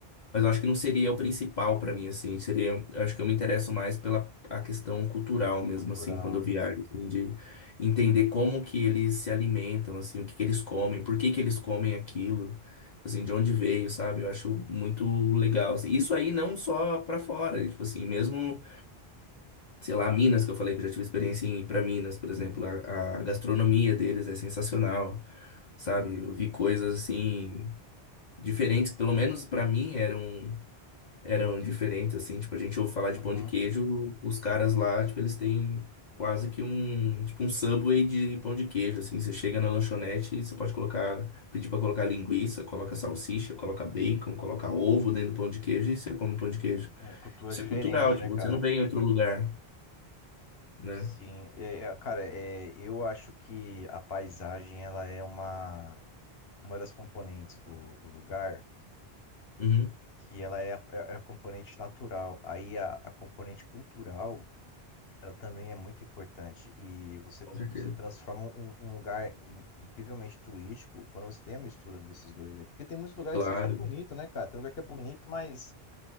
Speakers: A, on the left; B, on the left.
A: Mas eu acho que não seria o principal pra mim, assim. Seria, eu acho que eu me interesso mais pela a questão cultural mesmo,
B: cultural.
A: assim, quando eu viajo, assim, de entender como que eles se alimentam, assim, o que que eles comem, por que que eles comem aquilo, tipo assim, de onde veio, sabe? Eu acho muito legal. assim. Isso aí não só pra fora, tipo assim, mesmo, sei lá, Minas, que eu falei que eu já tive experiência em ir pra Minas, por exemplo, a, a gastronomia deles é sensacional, sabe? Eu vi coisas assim diferentes, que pelo menos pra mim eram eram diferentes, assim, tipo, a gente ouve falar de
B: uhum.
A: pão de queijo, os caras lá, tipo, eles têm quase que um, tipo, um Subway de pão de queijo, assim, você chega na lanchonete e você pode colocar, pedir pra colocar linguiça, coloca salsicha, coloca bacon, coloca ovo dentro do pão de queijo e você come pão de queijo.
B: É, cultura
A: Isso
B: diferente,
A: é cultural, tipo,
B: né, cara?
A: você não vem em outro lugar, né?
B: Sim. É, é, cara, é, eu acho que a paisagem, ela é uma, uma das componentes do, do lugar,
A: Uhum,
B: que ela é a, é é a componente natural. Aí a a componente cultural. Ela também é muito importante e você,
A: com certeza.
B: você transforma um, um lugar in- incrivelmente turístico quando você tem a mistura desses dois aí. Porque tem muitos lugares
A: Claro,
B: que são só bonitos, né, cara? Tem lugar que é bonito, mas